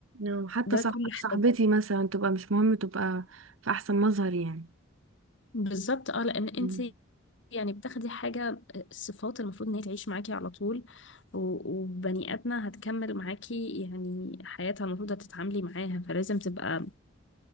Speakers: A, on the right; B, on the left.
A: أو حتى
B: ده
A: صح...
B: كل حاجة
A: صاحبتي مثلا تبقى مش مهم تبقى في احسن مظهر يعني
B: بالظبط اه لأن انت
A: مم.
B: يعني بتاخدي حاجة الصفات المفروض ان هي تعيش معاكي على طول و- وبني آدمة هتكمل معاكي يعني حياتها المفروض هتتعاملي معاها فلازم تبقى